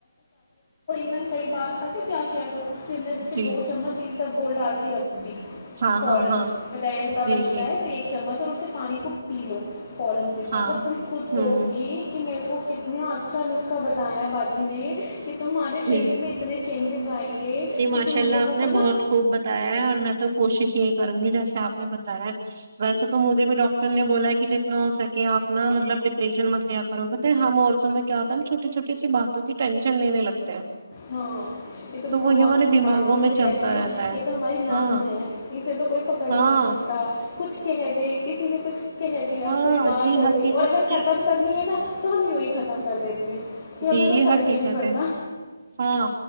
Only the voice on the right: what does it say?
جی
ہاں
ہاں ہاں
جی
جی
ہاں
ہوں
جی
جی ماشاء
اللہ
آپ نے
بہت
خوب بتایا ہے اور میں تو کوشش یہی کروں گی جیسے آپ نے بتایا ویسے تو مجھے بھی ڈاکٹر نے بولا کہ جتنا ہو سکے کہ آنا مطلب ڈپریشن مت لیا کر ہوگت ہے ہم عورتوں میں کیا ہوتا ہے نا چھوٹی چھوٹی سی باتوں کی ٹینشن لینے لگتے ہیں
تو
وہی ہمارے
دماغوں
میں
چلتا
رہتا ہے
ہاں
ہاں
ہاں
جی
حقیقت
میں
جی
یہ
حقیقت
ہے ہے